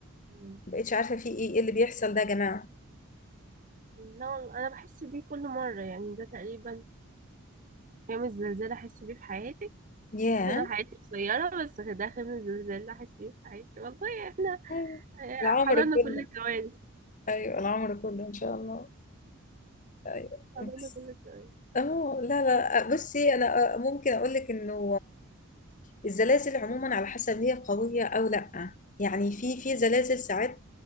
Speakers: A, on the right (about 35°); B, on the left (about 35°).
A: مم.
B: بقتش عارفة في ايه ايه اللي بيحصل ده يا جماعة
A: لا والله انا بحس بيه كل مرة يعني ده تقريبا خامس زلزال احس بيه في حياتي
B: ياه
A: شفت انا حياتي قصيرة بس ده خامس زلزال احس بيه في حياتي والله احنا
B: أيوة.
A: آه،
B: العمر
A: حضرنا
B: كله
A: كل الكوارث
B: ايوه العمر كله ان شاء الله ايوه
A: حضرنا
B: بس
A: كل الكوارث
B: اه لا لا بصي انا ممكن اقول لك انه الزلازل عموما على حسب هي قويه او لا يعني في في زلازل ساعات